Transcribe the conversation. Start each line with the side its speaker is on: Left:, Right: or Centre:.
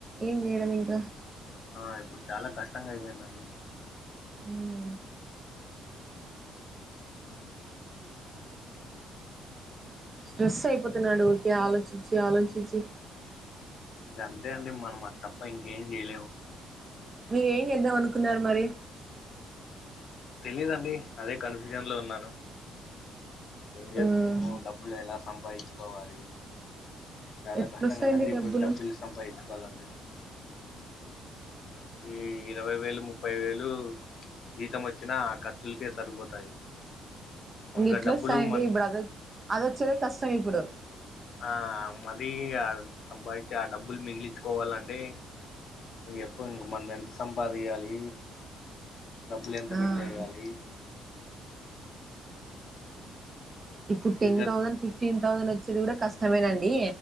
Right: ఏం చేయడం ఇంకా
Left: ఆ ఇప్పుడు చాలా కష్టంగా అయిపోయిందండి
Right: మ్మ్. స్ట్రెస్ అయిపోతున్నాడు ఊరికే ఆలోచించి ఆలోచించి
Left: ఇంకా అంతే అండి మనం అది తప్ప ఇంకేం చేయలేము
Right: మీరు ఏం చేద్దాం అనుకున్నారు మరి
Left: తిలిదండి అదే కన్ఫ్యూజన్ లో ఉన్నాను ఏం చేద్దాము
Right: మ్మ్.
Left: డబ్బులు ఎలా సంపాదించుకోవాలి చాలా
Right: ఎట్లొస్తాయండి
Left: కష్టం కదండి ఇప్పుడు
Right: డబ్బులు
Left: డబ్బుల్లు సంపాదించుకోవాలంటి ఈ ఇరవై వేలు ముప్పై వేలు జీతం వచ్చినా ఖర్చు లకే సరిపోతాయి
Right: ఇంకెట్లు
Left: ఇంకా డబ్బులు
Right: వస్తాయిండి
Left: మన
Right: ఇప్పుడు అద అది వచ్చేదే కష్టం ఇప్పుడు
Left: ఆ మరీ సంపాదించి ఆ డబ్బులు మిగిలిచ్చుకోవాలండే ఇగ ఎప్పుడు ఇంక మనం ఎంత సంపాదీయాలి డబ్బులు ఎంత
Right: ఆ
Left: మిగిలి వేయాలి
Right: ఇప్పుడు
Left: future
Right: ten thousand fifteen thousand వచ్చేది కూడా కష్టమేనండి